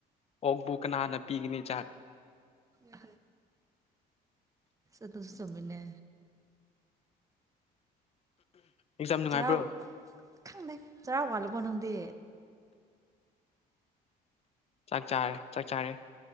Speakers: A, on the left; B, on the right.
A: ꯑꯣꯛꯕꯨ ꯀꯅꯥꯅ ꯄꯤꯒꯅꯤ ꯆꯥꯛ
B: ꯑ ꯑꯗꯨꯨꯁꯨ ꯆꯨꯝꯃꯤꯅꯦ
A: ꯑꯦꯛꯖꯥꯝ ꯅꯨꯡꯉꯥꯏꯕ꯭ꯔꯣ
B: ꯆꯩꯔꯥꯎ ꯈꯪꯅꯩ ꯆꯔꯥꯛ ꯋꯥꯠꯂꯕꯣ ꯅꯪꯗꯤ
A: ꯆꯥꯛ ꯆꯥꯔꯦ ꯆꯥꯛ ꯆꯥꯔꯦ